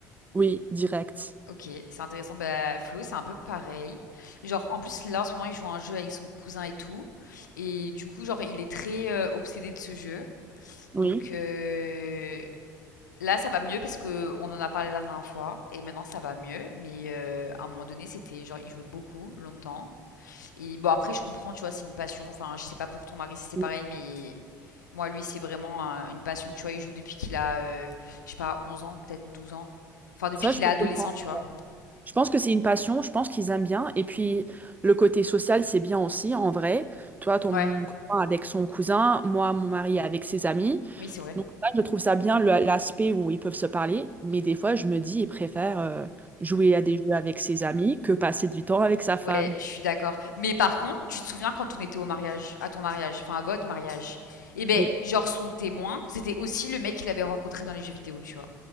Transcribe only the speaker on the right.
oui, direct.
Oui.
oui.
Ça,
je peux
comprendre.
Je pense que c'est une passion, je pense qu'ils aiment bien. Et puis, le côté social, c'est bien aussi, en vrai. Toi, ton
copain avec son cousin, moi, mon mari avec ses amis.
Donc là, je trouve ça bien le- l'aspect où ils peuvent se parler, mais des fois, je me dis, il préfère euh, jouer à des jeux avec
ses amis que passer du temps avec sa
femme.
Oui,